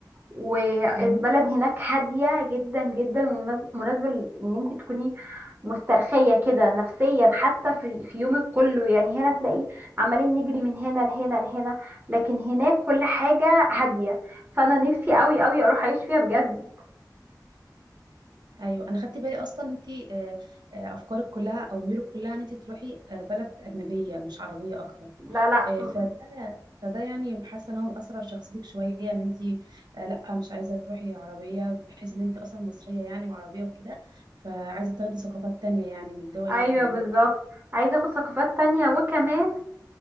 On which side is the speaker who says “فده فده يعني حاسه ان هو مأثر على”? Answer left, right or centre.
Right